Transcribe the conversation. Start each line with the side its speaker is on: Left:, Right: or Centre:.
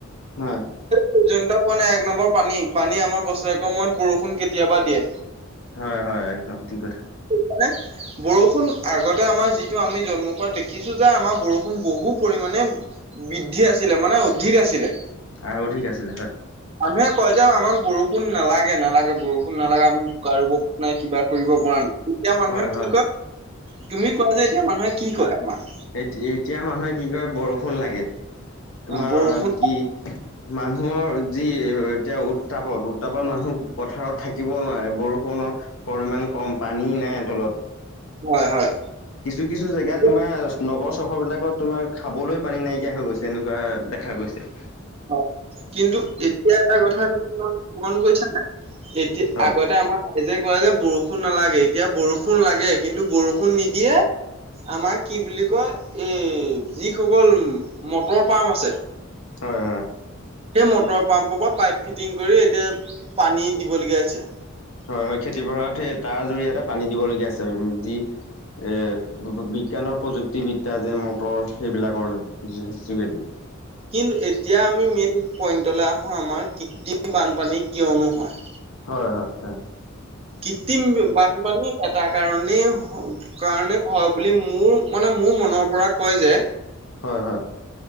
Left: হয়।
Right: প্ৰয়োজনতা পোৱা নাই এক নম্বৰ পানী পানী আমাৰ বছৰেকৰ মূৰত বৰষুণ কেতিয়াবা দিয়ে।
Left: হয় - হয়, একদম। ঠিক কথা।
Right: মানে বৰষুণ আগতে আমাৰ যিটো আমি জন্মৰ পৰা দেখিছোঁ যে, আমাৰ বৰষুণ বহু পৰিমাণে বৃদ্ধি আছিলে মানে অধিক আছিলে।
Left: আৰু ঠিক আছিলে হয়।
Right: মানুহে কয় যে, আমাক বৰষুণ নালাগে - নালাগে বৰষুণ নালাগে আমি <unintelligible> নাই, কিবা কৰিব পৰা নাই, তেতিয়া মানুহে
Left: হয় হয়।
Right: কি কয় তুমি কোৱা যে, এতিয়া মানুহে কি কয় আপোনাৰ?
Left: এ এতিয়া মানুহে কি কৰে বৰষুণ লাগে তোমাৰ
Right: বৰষুণ
Left: কি মানুহৰ যি এতিয়া উত্তাপত উত্তাপত মানুহ পথাৰত থাকিব নোৱাৰে বৰষুণ তোমাৰ পৰিমাণ কম পানী নাই তলত।
Right: হয় হয়
Left: কিছু কিছু জেগাত
Right: তেতিয়া
Left: তোমাৰ নগৰ চহৰ বিলাকত তোমাৰ খাবলৈ পানী নাইকিয়া হৈ গৈছে এনেকোৱা দেখা গৈছে
Right: অ কিন্তু এতিয়া এটা কথা মন কৰিছা নাই এতিয়া
Left: হয়
Right: আগতে আমাৰ ৰাইজে কয় যে বৰষুণ নালাগে এতিয়া বৰষুণ লাগে কিন্তু বৰষুণ নিদিয়ে আমাৰ কি বুলি কয় এই যিসকল মটৰ পাম্প আছে।
Left: হয় হয়
Right: সেই মটৰ পাম্পৰ পৰা পাইপ ফিটিং কৰি এতিয়া পানী দিবলগীয়া হৈছে।
Left: হয় - হয়, খেতি পথাৰত সেই তাৰ জৰিয়তে পানী দিবলগীয়া আছে আৰু যি এ- ব- বিজ্ঞানৰ প্ৰযুক্তিবিদ্যা যে মটৰ সেইবিলাকৰ যো- যোগেদি।
Right: কিন এতিয়া আমি মেইন পইণ্টলৈ আহোঁ, আমাৰ কৃত্ৰিম বানপানী কিয়নো হয়?
Left: হয় - হয় - হয়।
Right: কৃত্ৰিম বানপানী এ তাৰ কাৰণে হ- কাৰণে হয় বুলি মোৰ মানে মোৰ মনৰ পৰা কয় যে
Left: হয় - হয়।